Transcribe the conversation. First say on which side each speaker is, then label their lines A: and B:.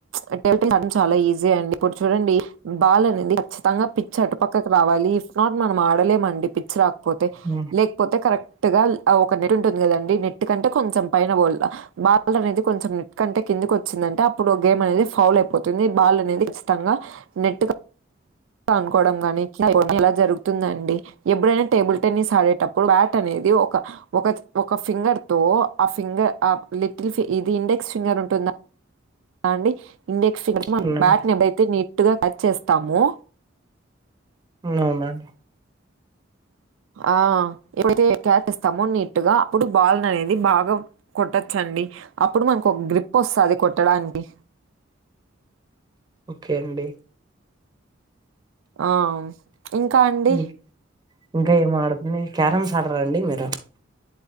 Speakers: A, on the right; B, on the right.
A: అటేం చాలా ఈజీ అండి ఇప్పుడు చూడండి బాల్ అనేది ఖచ్చితంగా పిచ్ అటు పక్కకు రావాలి ఇఫ్ నాట్ మనం ఆడలేమండి పిచ్ చ్ రాకపోతే
B: హ్మ్.
A: లేకపోతే కరె క్ట్గ ఒక నెట్ ఉంటుంది కదండి నెట్ కంటే కొంచెం పైన బ బాల్ అనేది కొంచెం నెట్ కంటే కింది వచ్చిందంటే అప్పుడు గేమ్ అనేది ఫౌల్ అయిపోతుంది బాల్ అనేది చ్చితంగా నెట్గా అనుకోవడం గాని ఇలా జరుగుతుందండి ఎప్పుడైనా టేబుల్ టెన్నిస్ ఆడేటప్పుడు బ్యాట్ అనేది ఒక ఒక ఒక ఫింగర్తో ఆ ఫింగర్ ఆ లిటిల్ ఇది ఇండెక్స్ ఫింగర్ ఉంటుందా అండి ఇండెక్స్ ఫిగర్
B: అవునండి
A: బ్యాట్ని అదైతే నీ ట్గ టచ్ చేస్తామో
B: అవునా అండి
A: ఆ ఎప్పుడైతే క్యాట్ ఇస్తామో నీట్గా అప్పుడు బాల్ అనేది బాగా కొట్టొచ్చండి అప్పుడు మనకు ఒక గ్రిప్ వస్తది కొట్టడానికి
B: ఓకే అండి
A: ఆ ఇంకా అండి
B: హ్మ్. ఇంకా ఏం ఆడతుంది క్యారమ్స్ ఆడరాండి మీరు